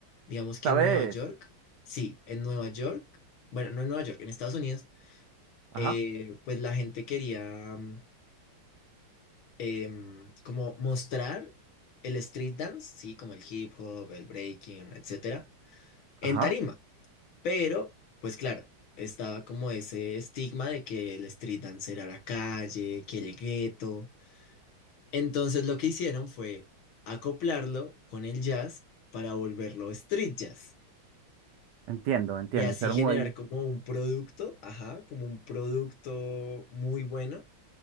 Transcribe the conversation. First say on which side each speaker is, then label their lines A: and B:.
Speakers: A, on the left; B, on the right.
A: Digamos que
B: ¿sabes?
A: en Nueva York, sí, en Nueva York, bueno, no en Nueva York, en Estados Unidos,
B: Ajá,
A: eh, pues la gente quería mm, em, como mostrar el street dance, sí, como el hip hop, el breaking, etcétera, en
B: ajá,
A: tarima. Pero, pues claro, estaba como ese estigma de que el street dance era la calle, que el gueto. Entonces lo que hicieron fue acoplarlo con el jazz para volverlo street jazz.
B: entiendo, entiendo.
A: Y así
B: Hicieron
A: generar
B: un ahí
A: como un producto, ajá, como un producto muy bueno,